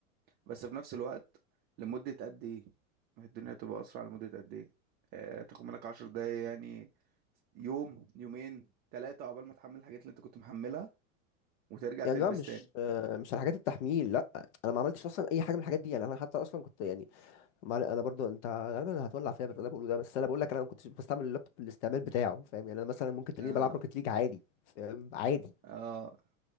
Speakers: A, on the right; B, on the left.
A: بس في نفس الوقت لمدة قد ايه ما هي الدنيا هتبقى اسرع لمدة قد ايه آه تاخد منك عشر دقايق يعني يوم يومين ثلاثة عقبال ما تحمل الحاجات اللي انت كنت محملها وترجع
B: يعني
A: تلبس
B: لا مش
A: تاني
B: آه مش على حاجات التحميل لا انا ما عملتش اصلا اي حاجه من الحاجات دي يعني انا حتى اصلا كنت يعني ما علي- انا برضو انت غالبا هتولع فيا باللي انا بقوله ده بس انا بقول لك انا ما كنتش بستعمل اللابتوب بالاستعمال بتاعه فاهم يعني انا مثلا ممكن تلاقيني
A: اه
B: بلعب روكيت ليج عادي فاهم عادي
A: اه